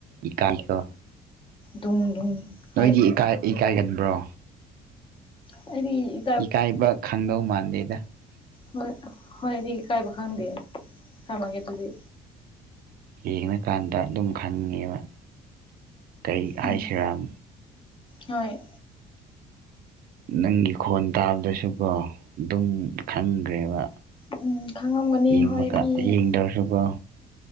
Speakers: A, on the right; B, on the left.
A: ꯏꯀꯥꯏꯈꯣ
B: ꯗꯨꯡ ꯗꯨꯡ
A: ꯅꯣꯏꯗꯤ
B: ꯍꯣꯏ
A: ꯏꯀꯥꯏ ꯏꯀꯥꯏꯒꯕ꯭ꯔꯣ
B: ꯑꯗꯤ
A: ꯏꯀꯥꯏꯕ ꯈꯪꯗꯧ ꯃꯥꯟꯗꯦꯗ
B: ꯍꯣꯏ ꯍꯣꯏꯗꯤ ꯏ ꯀꯥꯏꯕ ꯈꯪꯗꯦ ꯈꯃꯒꯦ ꯑꯗꯨꯗꯤ
A: ꯌꯦꯡꯉꯀꯥꯟꯗ ꯑꯗꯨꯝ ꯈꯪꯉꯦꯕ ꯀꯩ ꯍꯥꯏꯁꯤꯔꯥꯝ
B: ꯎꯝ ꯍꯣꯏ
A: ꯅꯪꯒꯤ ꯈꯣꯟ ꯇꯥꯕꯗꯁꯨꯀꯣ ꯑꯗꯨꯝ ꯈꯪꯈ꯭ꯔꯦꯕ
B: ꯎꯝ ꯈꯪꯉꯝꯒꯅꯤ
A: ꯌꯦꯡꯕ
B: ꯍꯣꯏ ꯃꯤ
A: ꯌꯦꯡꯗ꯭ꯔꯁꯨꯀꯣ